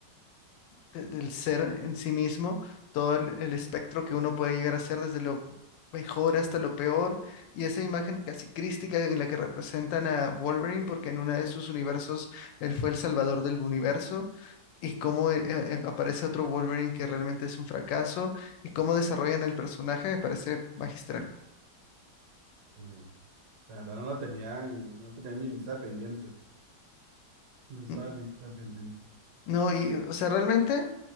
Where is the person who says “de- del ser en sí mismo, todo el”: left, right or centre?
Left